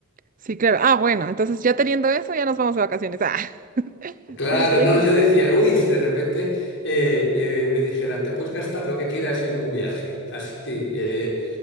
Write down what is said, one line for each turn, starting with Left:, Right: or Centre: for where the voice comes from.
Right: Sí, claro. Ah, bueno, entonces ya teniendo eso, ya nos vamos de vacaciones. Ah, <laughs>
Left: Claro,
Right: Sí, estaría
Left: no,
Right: genial.
Left: yo decía, uy, si de repente eh, eh, me dijeran, te puedes gastar lo que quieras en un viaje, así, eh,